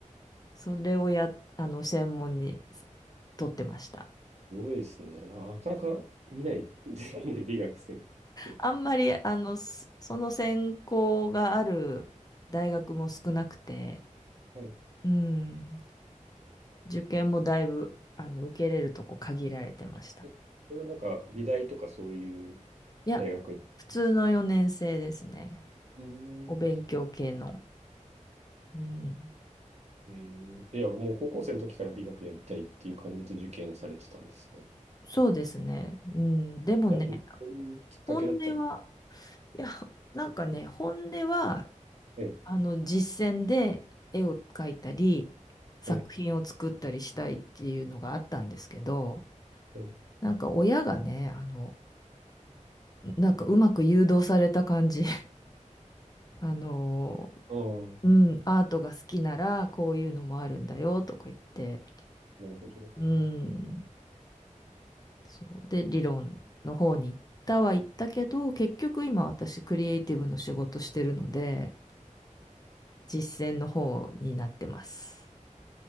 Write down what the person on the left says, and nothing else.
それをや、あの、専門に取ってました。
あんまり、あの、そその専攻がある大学も少なくて、
うん。受験もだいぶ、あの、受けれるとこ限られてました。
いや、
普通の4年生ですね。
お勉強系の。うん。
そうですね。うん。でもね、
本音は、いや、なんかね、本音は、
あの、実践で絵を描いたり、作品を作ったりしたいっていうのがあったんですけど、
なんか親がね、あの、なんかうまく誘導された感じ、<laughs> あの、
うん、アートが好きならこういうのもあるんだよとか言って、
うん、そう。で、理論の方に行ったは行ったけど、結局今私クリエイティブの仕事してるので、実践の方になってます。